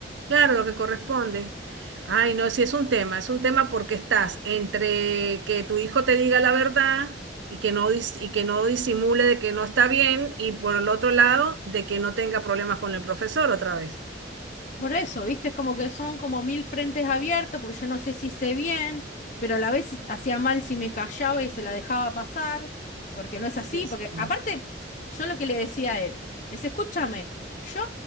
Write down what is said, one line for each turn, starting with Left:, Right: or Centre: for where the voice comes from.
Right: Claro, lo que corresponde. Ay, no, sí es un tema, es un tema porque estás entre que tu hijo te diga la verdad y que no, dis- y que no disimule de que no está bien y por el otro lado de que no tenga problemas con el profesor otra vez.
Left: Por eso, ¿viste? Es como que son como mil frentes abiertos, porque yo no sé si hice bien, pero a la vez hacía mal si me callaba y se la dejaba pasar, porque no es así,
Right: Sí,
Left: porque
Right: sí.
Left: aparte, yo lo que le decía a él es, escúchame, yo,